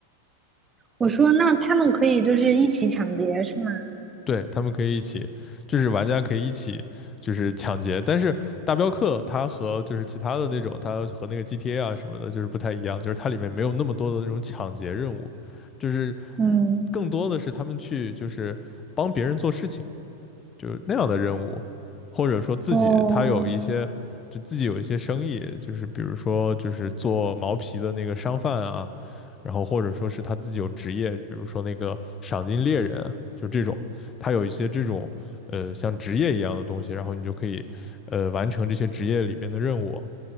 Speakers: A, on the right; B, on the left.
A: 我说那他们可以就是一起抢劫是吗？
B: 对，他们可以一起，就是玩家可以一起就是抢劫，但是大镖客它和就是其他的那种，它和那个 GTA 啊什么的，就是不太一样，就是它里面没有那么多的那种抢劫任务。就是
A: 嗯，
B: 更多的是他们去就是帮别人做事情，就是那样的任务，或者说自己他有一些就自己有一些生意，
A: 哦，
B: 就是比如说就是做毛皮的那个商贩啊，然后或者说是他自己有职业，比如说那个赏金猎人啊就这种，他有一些这种呃像职业一样的东西，然后你就可以呃完成这些职业里面的任务。